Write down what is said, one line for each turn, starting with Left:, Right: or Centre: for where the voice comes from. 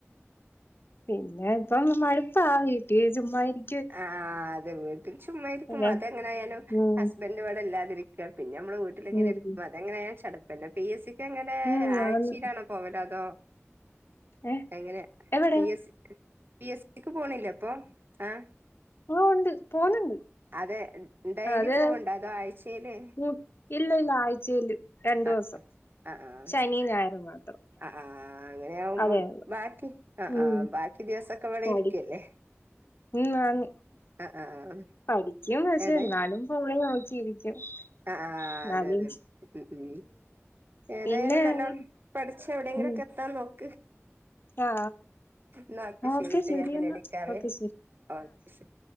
Left: പിന്നെ ഇപ്പം മടുപ്പാ വീട്ടില് ചുമ്മാ ഇരി
Right: ആഹ് അതെ വീട്ടിൽ ചുമ്മായിരിക്കുമ്പൊ
Left: പിന്നെ
Right: അതെങ്ങെനായാലും
Left: ഉം
Right: ഹസ് ബന്റ് ഇവടെ ഇല്ലാതിരിക്ക പിന്നെ നമ്മള് വീട്ടില്ങ്ങനെ
Left: ഉം
Right: ഇരിക്കും അതങ്ങനെയാ ചട പ്പന്നെ പി എ സിക്ക് എങ്ങനേ
Left: ഉം
Right: ആഴ്ചീലാണോ
Left: ആന്ന്
Right: പോവല് അതോ
Left: ഏ
Right: എങ്ങനെ
Left: എവിടെ
Right: പി എ സ് ക്ക് പി എ സിക്ക് പോണില്ലേ ഇപ്പോ ആഹ്
Left: ഓഹ് ഉണ്ട് പോണ് ണ്ട്
Right: അതെ ഡെയ്ലി
Left: അത്
Right: പോവ്ണ്ടോ അതോ ആഴ്ചയില്
Left: കു ഇല്ല ഇല്ലാ ആഴ്ചയില് രണ്ടൂസം
Right: ആഹ് ആഹ് ആഹ്
Left: ശനിം ഞായറും മാത്രം
Right: ആഹ് അങ്ങനെയാവുമ്പം
Left: അതേ ഉള്ളൂ
Right: ബാക്കി ആഹ്
Left: ഉം
Right: ആഹ് ബാക്കി ദിവസൊക്കെ ഇവടെ
Left: പഠി
Right: ഇരിക്കല്ലേ
Left: ഉം വാങ്ങി
Right: ആഹ് ആഹ്
Left: പഠിക്കും പക്ഷെ
Right: ഏതായാലും
Left: ന്നാലും ഫോണില് നോക്കിയിരിക്കും
Right: ആഹ് ആഹ്
Left: എന്നാലും
Right: അതെ അതെ ഉം ഉം ഏതായാലും
Left: പിന്നെ
Right: നല്ലം
Left: ഈ-
Right: പഠിച്ച് എവടെങ്കിലൊക്കെ
Left: ഉം
Right: എത്താൻ നോക്ക്
Left: ആ
Right: ന്നാ ഓക്കേ
Left: ഓക്കെ
Right: ശരിട്ടോ
Left: ശരി
Right: ഞാൻ പിന്നെ
Left: എന്നാ
Right: വിളിക്കാവേ
Left: ഓക്കെ ശരി
Right: ഓക്കെ ശരി